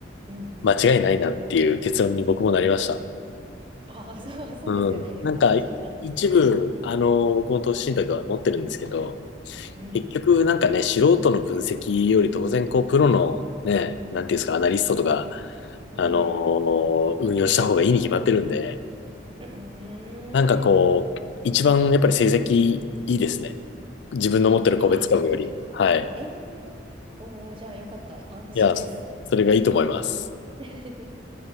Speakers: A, on the right; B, on the left.
A: うん、うん、
B: 間違いないなっていう結論に僕もなりました。
A: うん。ああ、そう、<laughs> そうですか。
B: うん。
A: え、
B: なんか、
A: よかった。
B: い一部、
A: じゃあ、やらなくて。
B: あの、僕も投資信託は持ってるんですけど、
A: うん。
B: 結局なんかね、素人の分析より当然こう、プロのね、なんていうんですか、アナリストとか、
A: うん。
B: あの、運用した方がいいに決まってるんで、
A: うん。
B: なんかこう、一番やっぱり成績いいですね。自分の持ってる個別株より。
A: ああ、そうですか。
B: はい。
A: ええおお、じゃあ、よかった。安心です。
B: いや、それがいいと思います。
A: <laughs>